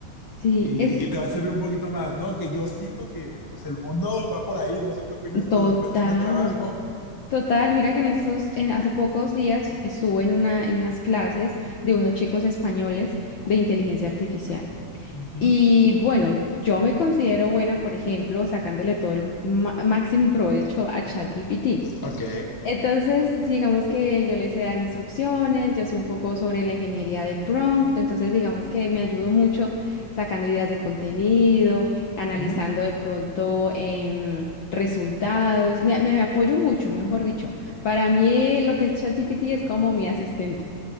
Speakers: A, on the left (about 65°); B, on the left (about 20°).
A: Sí,
B: y,
A: es
B: y te va a servir un poquito más, ¿no? Que yo siento que pues el mundo va por ahí, no sé qué opinas tú
A: total,
B: en cuestión de trabajo.
A: total. Mira que en estos, en hace pocos días estuve en una, en unas clases de unos chicos españoles de inteligencia artificial.
B: <laughs> Ujú,
A: Y bueno, yo me considero buena, por ejemplo, sacándole todo el ma- máximo provecho a ChatGPT.
B: Ok.
A: Entonces, digamos que yo le sé dar instrucciones, yo sé un poco sobre la ingeniería de prompt, entonces digamos que me ayudo mucho sacando ideas de contenido, analizando
B: Ujú.
A: de pronto em, resultados, me, me- me apoyo mucho, mejor dicho. Para mí lo que es ChatGPT es como mi asistente.